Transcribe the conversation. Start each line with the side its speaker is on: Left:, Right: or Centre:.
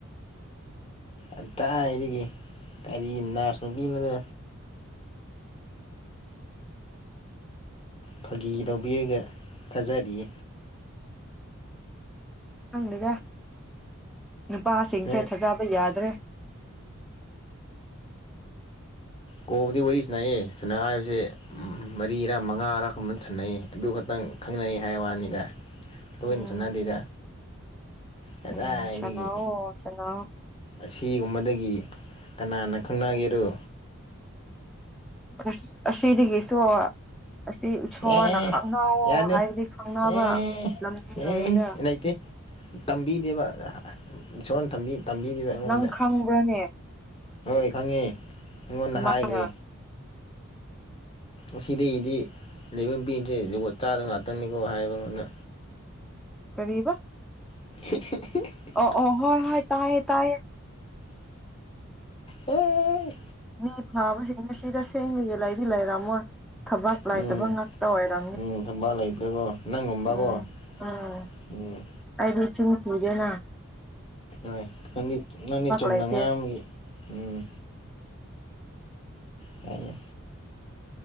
Left: ꯑ ꯇ ꯍꯥꯏꯔꯤꯒ ꯀꯔꯤꯅꯥꯁ ꯅꯨꯨ ꯀꯅꯗꯣ ꯐꯥꯒꯤ ꯂꯧꯕꯤꯔꯒ ꯊꯥꯖꯔꯤꯌꯦ
Centre: ꯍꯪꯗꯦꯗ ꯅꯨꯄꯥꯁꯤꯡꯁꯦ
Left: ꯅꯣꯏ
Centre: ꯊꯥꯖꯕ ꯌꯥꯗ꯭ꯔꯦ
Left: ꯀꯐꯗꯤ ꯋꯥꯔꯤ ꯁꯅꯥꯏꯑꯦ ꯁꯅꯥ ꯁꯦ ꯃꯔꯤꯔꯥ ꯃꯉꯥꯔꯥ ꯀꯨꯝꯕꯪ ꯁꯥꯟꯅꯩ ꯑꯗꯨ ꯈꯛꯇꯪ ꯈꯪꯅꯩ ꯍꯥꯏ ꯋꯥꯅꯤꯗ ꯂꯣꯏꯅ
Centre: ꯎꯝ
Left: ꯁꯥꯟꯅꯗꯗ ꯀꯗꯥꯏꯗꯒꯤ
Centre: ꯎꯝ ꯁꯥꯟꯅꯧꯑꯣ ꯁꯥꯟꯅꯧ
Left: ꯑꯁꯤꯒꯨꯝꯕꯗꯒꯤ ꯀꯅꯥꯅ ꯈꯪꯅꯒꯦꯔꯣ꯫
Centre: ꯑꯁ ꯑꯁꯤꯗꯒꯤꯁꯨ ꯑꯁꯤ ꯏꯁꯁꯣꯔꯅ
Left: ꯑꯦ
Centre: ꯈꯪꯅꯋꫭ
Left: ꯌꯥꯗꯦ
Centre: ꯍꯥꯏꯕꯗꯤ ꯈꯪꯅꯕ
Left: ꯑꯦ
Centre: ꯂꯝꯕꯤ
Left: ꯑꯦ
Centre: ꯂꯩꯌꯦꯗ꯫
Left: ꯂꯩꯇꯦ ꯇꯝꯕꯤꯗꯦꯕ ꯏꯁꯣꯔ ꯇꯝꯕꯤꯗꯕ ꯑꯩꯉꯣꯟꯗ꯫
Centre: ꯅꯪ ꯈꯪꯕ꯭ꯔꯅꯦ
Left: ꯍꯣꯏ ꯈꯪꯉꯦ ꯑꯩꯉꯣꯟꯗ
Centre: ꯀꯃꯥꯏꯅ
Left: ꯍꯥꯏꯈ꯭ꯔꯦ꯫ ꯑꯁꯤꯗꯒꯤꯗꯤ ꯂꯩꯐꯝ ꯄꯤꯗ꯭ꯔꯦ ꯋ ꯆꯥꯗ ꯉꯥꯛꯇꯅꯤꯀꯣ ꯍꯥꯏꯕꯉꯣꯟꯗ
Centre: ꯀꯔꯤꯕ
Left: <inaudible>
Centre: ꯍ ꯍ ꯇꯥꯏ ꯇꯥꯏ
Left: ꯑꯣ
Centre: ꯃꯤ ꯊꯥꯕꯁꯤ ꯉꯁꯤ ꯇꯁꯦꯡꯅ ꯌꯦꯂꯥꯏꯗꯤ ꯂꯩꯔꯝꯃꯣꯏ ꯊꯕꯛ ꯂꯥꯏꯇꯕ
Left: ꯎꯝ
Centre: ꯉꯥꯛꯇ ꯑꯣꯏꯔ
Left: ꯎꯝ ꯊꯕꯛ ꯂꯩꯇ꯭ꯔꯦꯀꯣ ꯅꯪꯒꯨꯝꯕꯀꯣ
Centre: ꯎꯝ ꯎꯝ
Left: ꯎꯝ
Centre: ꯑꯩꯔꯤꯕ ꯊ ꯁꯤꯗꯅ
Left: ꯍꯣꯏ ꯅꯪꯗꯤ ꯅꯪꯗꯤ ꯆꯨꯝꯅ
Centre: ꯂꯩꯇꯦ
Left: ꯉꯥꯏ ꯑꯃꯒꯤꯒꯤ ꯎꯝ ꯇꯃꯣ